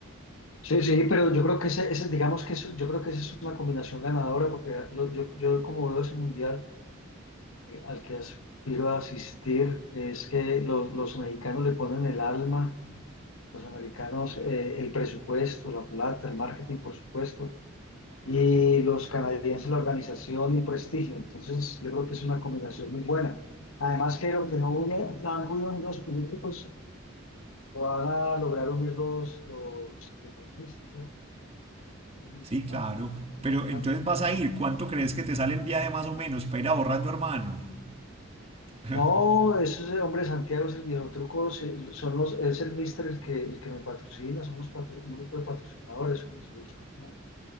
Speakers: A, on the left; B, on the right.
A: Sí, sí, pero yo creo que ese, ese- digamos que eso- yo creo que esa es una combinación ganadora, porque lo- yo, yo como veo ese mundial eh, al que aspiro a asistir, es que los, los mexicanos le ponen el alma. Los americanos, eh, el presupuesto, la plata, el marketing, por supuesto, y los canadienses, la organización y el prestigio. Entonces, yo creo que es una combinación muy buena. Además, que lo que no une, no han unido los políticos, lo van a lograr unir los, los deportistas, ¿cierto? Es muy importante
B: Sí, claro.
A: con
B: Pero
A: el americano.
B: entonces vas a ir, ¿cuánto crees que te sale el viaje más o menos para ir ahorrando, hermano? <laughs>
A: No, ese hombre Santiago es el viejo truco, sí, son los, es el mister el que, el que me patrocina, somos patro- un grupo de patrocinadores, uno se busca cómo,